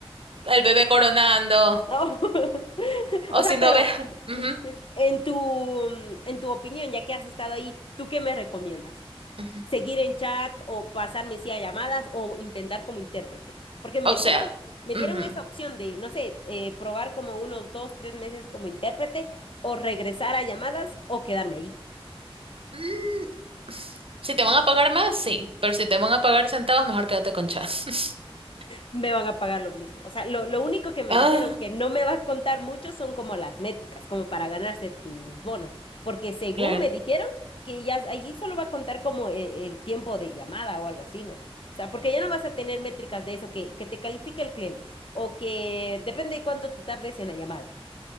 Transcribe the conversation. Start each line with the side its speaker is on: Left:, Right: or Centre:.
Right: al bebé coronando,
Left: No. <laughs>
Right: o
Left: O sea,
Right: si no
Left: pero
Right: ves, <laughs> ujú,
Left: en tu, mm, en tu opinión, ya que has estado ahí, ¿tú qué me recomiendas?
Right: ujú.
Left: ¿Seguir en chat o pasarme sí a llamadas o intentar como intérprete? Porque me
Right: O
Left: dieron,
Right: sea,
Left: me
Right: ujú.
Left: dieron esa opción de, no sé, eh, probar como unos dos, tres meses como intérprete o regresar a llamadas o quedarme allí.
Right: Mm, si te van a pagar más, sí, pero si te van a pagar centavos, mejor quédate con chas. <laughs>
Left: me van a pagar lo mismo. O sea, lo, lo único que me
Right: Ah,
Left: dijeron que no me va a contar mucho son como las métricas, como para ganarse tus bonos. Porque según
Right: claro.
Left: me dijeron que ya allí solo va a contar como e- el, tiempo de llamada o algo así, ¿no? O sea, porque ya no vas a tener métricas de eso que, que te califica el cliente o que depende de cuánto te tardes en la llamada.